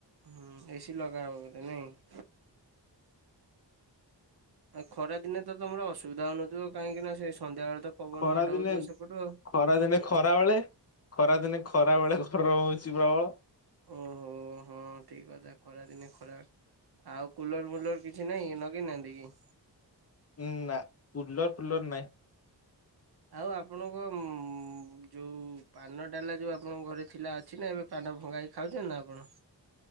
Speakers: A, on the right (about 60°); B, on the left (about 35°).
A: ହୁଁ ଏସି ଲଗା ହବ ବୋଧେ ନାଇଁ? ଆଉ ଖରା ଦିନେ ତମର ଅସୁବିଧା ହଉନଥିବ, କାହିଁକିନା ସେ ସନ୍ଧ୍ୟାବେଳେ ତ ପବନ
B: ଖରାଦିନେ
A: ମାଡ ହଉଥିବ ସେପଟୁ ଆଉ।
B: ଖରାଦିନେ ଖରା ବେଳେ ଖରା ଦିନେ ଖରା ବେଳେ ଗରମ୍ ହଉଚି ପ୍ରବଳ।
A: ଓହୋ। ହଁ ଠିକ୍ କଥା ଖରାଦିନେ ଖରା, ଆଉ କୁଲର୍ ଫୁଲର୍ କିଛି ନାହିଁ ନଗେଇନାହାନ୍ତି କି?
B: ଉଁ ନା କୁଲର୍ ଫୁଲର୍ ନାଇଁ।
A: ଆଉ ଆପଣଙ୍କ <unintelligible> ଯୋଉ ପାନ ଡାଲା ଯୋଉ ଆପଣଙ୍କ ଘରେ ଥିଲା ଅଛି ନା ଏବେ ପାନ ଭଙ୍ଗାକି ଖାଉଚନ୍ତି ନା ଆପଣ?